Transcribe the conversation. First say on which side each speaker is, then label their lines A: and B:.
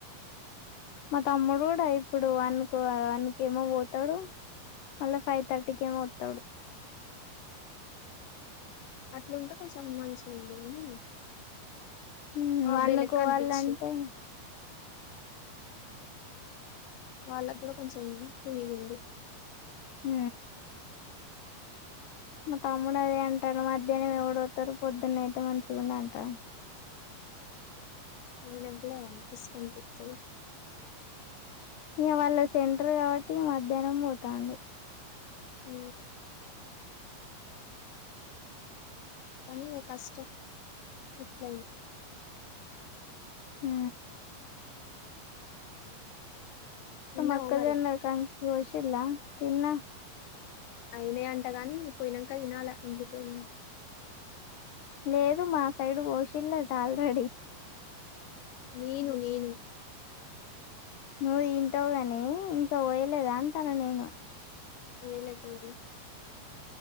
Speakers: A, on the left; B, on the left.
A: మా తమ్ముడు కూడా ఇప్పుడు వాన్నకు వాన్నకి ఏమో పోతాడు మళ్ళ ఫైవ్ తర్టీకిర్తౌడు
B: అట్లా ఉంటే కస అమ్మాయిషలే
A: ఉమ్
B: అప్పుడేలక్క
A: వన్ కు పోవాలంటే
B: అంతిచ్చ వాళ్ళ కూడా కొంచెం స్ చేయడి
A: హ మా తమ్ముడు అదే అంటాారు మధ్యాహ్నం ఎవడవుతారు పొద్దున్న అయితే మ చూ అంటను
B: ఆయన కూడాస్ కనిపితుంది
A: ఇక వాళ్ళ సెంటరు కాబట్టి ఇ మధ్యాహ్నం పోతాండు
B: హ తని కష్ట ఇట్ల
A: హ
B: తిన్నావా
A: మక్కగన్న
B: మరి
A: కాషిలా తిన్న
B: అయినా అంట గాని నువ్వు పోయినాక తినాలా ఇంటికి పోయినా
A: లేదు మా సైడ్ పోషిల్లదు ఆల్రెడీ
B: నేను నేను
A: నువ్వు ఇంటవ కాని ఇంకా వయలేదా అంటాను నేను
B: ఓ ఏలాంది